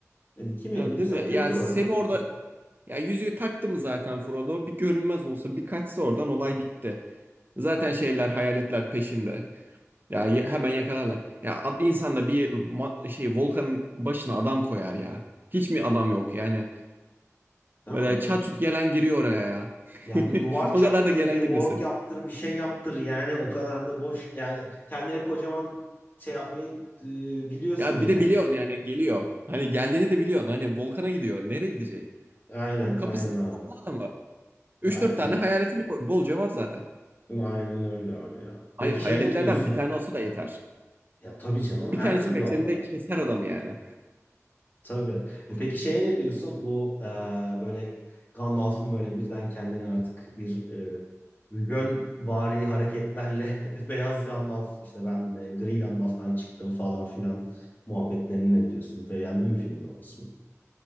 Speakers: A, on the left; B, on the right.
A: Yani kimi
B: Ya
A: yapıyorsan
B: değil mi? Ya
A: götür
B: Sem
A: oradan
B: orada
A: devam et.
B: ya yüzüğü taktı mı zaten Frodo? Bir görünmez olsa bir kaçsa oradan olay bitti. Zaten şeyler hayaletler peşinde. Ya ye- hemen yakalarlar. Ya ad- insan da bir ma- şey volkanın başına adam koyar ya. Hiç mi adam yok yani?
A: Değil
B: Böyle
A: mi?
B: çat
A: İk-
B: çut gelen giriyor oraya ya. <laughs>
A: Ya bir duvar
B: O
A: çaktır,
B: kadar da gelen
A: bir ork
B: girmesin.
A: yaptır, bir şey yaptır. Yani o kadar da boş. Yani kendine kocaman şey yapmayı e, biliyorsun
B: Ya
A: yani.
B: bir de biliyorsun yani geliyor. Hani geldiğini de biliyorsun. Hani volkana gidiyor. Nereye gidecek?
A: Aynen,
B: Kapısında
A: aynen abi.
B: toplu adamı. 3-4
A: Aynen.
B: tane hayaletini koy. Bolca var zaten.
A: Aynen öyle abi ya. Peki
B: Hayır hayaletlerden
A: şey ne diyorsun?
B: bir tane olsa da yeter.
A: Ya tabii canım
B: Bir
A: her
B: tanesi
A: türlü
B: peşlerinde
A: alırlar.
B: keser adamı yani.
A: Tabii. E
B: Komik.
A: peki şeye ne diyorsun? Bu e, böyle Gandalf'ın böyle birden kendini artık bir e, yönvari hareketlerle <laughs> beyaz Gandalf işte ben de gri Gandalf'tan çıktım falan filan muhabbetlerini ne diyorsun? Beğendin mi filmde o kısmı?